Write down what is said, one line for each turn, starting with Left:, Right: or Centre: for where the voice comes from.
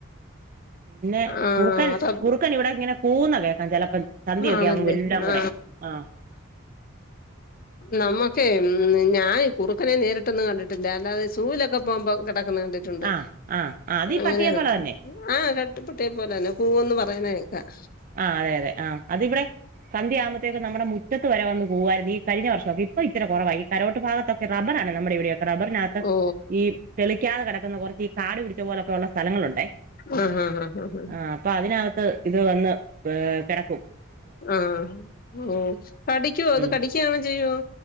Right: പിന്നെ
Left: ആ ആ
Right: കുറുക്കൻ കുറുക്കനിവിടെക്കെങ്ങനെ കൂവുന്നെ കേക്കാം ചെലപ്പോ.. വരും. സന്ധയൊക്കെ
Left: ആ ആണല്ലേ
Right: ആവുമ്പോ എല്ലാം
Left: ആ
Right: കൂടെ ആഹ്‌..
Left: നമ്മുക്കെ ഉം ഞാൻ കുറുക്കനെ നേരിട്ടൊന്നും കണ്ടിട്ടില്ല അല്ലാതെ.. സൂലൊക്കെ പോകുമ്പോ കെടക്കുന്നെ കണ്ടിട്ടുണ്ട്
Right: ആഹ് ആഹ് ആഹ് അത് ഈ
Left: അങ്ങനെയ
Right: പട്ടിയെപ്പോലെ
Left: കണ്ടിട്ടുണ്ട്..
Right: തന്നെ
Left: ആഹ് നട്ട്പ്പട്ടിയ പോലെന്നെ കൂവന്ന് പറയിന്നത കേൾക്കാം..
Right: ആഹ്‌ അതെ അതെ ആഹ് അതിവിടെ സന്ധ്യ ആകുമ്പ.. റ്റേത് നമ്മടെ മുറ്റത്ത്‌ വരെ വന്ന് പോവായിരുന്നീ കഴിഞ്ഞ വർ ഷൊകെ ഇപ്പ ഇത്തിര കൊറവാ ഈ കരോട്ട് ഭാഗത്തൊക്കെ റബ്ബറാണ് നമ്മുടെ വിടെയോ റബറിനകത്ത്,
Left: ഓ
Right: ഈ തെളിക്കാതെ കെടക്കുന്ന, കുറച്ച് ഈ കാടു പിടിച്ച പോലൊക്കെ ഉള്ള സ്ഥലങ്ങളുണ്ടേ,
Left: ആ ആ ആ ആ
Right: ആഹ് അപ്പതിനകത്ത് ഇത്, വന്ന് ഏഹ് കെട
Left: ആഹ്, ഓഹ് കടിക്കുവോ, അത്
Right: ഉം
Left: കടിക്കയാണം, ചെയ്യുവോ